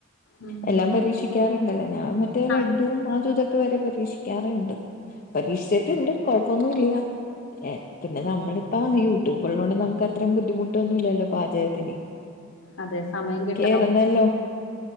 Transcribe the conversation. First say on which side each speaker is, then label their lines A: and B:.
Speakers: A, on the left; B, on the left.
A: ഉം
B: എല്ലാം പരീക്ഷിക്കാറുണ്ടല്ലേ ഞാൻ മറ്റേ ലഡ്‌ഡൂം
A: ആഹ്
B: അതും ഇതൊ ഇക്ക് വരെ പരീക്ഷിക്കാറുണ്ട് പരീക്ഷിച്ചിട്ടുണ്ട് കൊഴപ്പൊന്നും ഇല്യ പിന്നെ
A: ഉം
B: നമ്മളിപ്പോ യൂട്യൂബുള്ളോണ്ട് നമുക്ക് അത്ര ബുദ്ധിമുട്ടൊന്നൂല്ലല്ലോ പാചകത്തിന്
A: അതെ സമയം കിട്
B: എറന്നല്ലോ